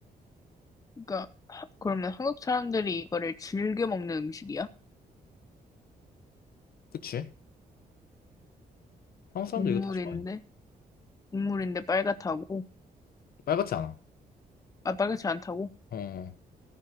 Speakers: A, on the left; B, on the left.
A: 그러니까 하- 그러면 한국 사람들이 이거를 즐겨 먹는 음식이야?
B: 그치? 한국 사람들
A: 동물인데?
B: 이거 다 좋아해.
A: 동물인데 빨갛다고?
B: 빨갛지 않아.
A: 아, 빨갛지 않다고?
B: 어,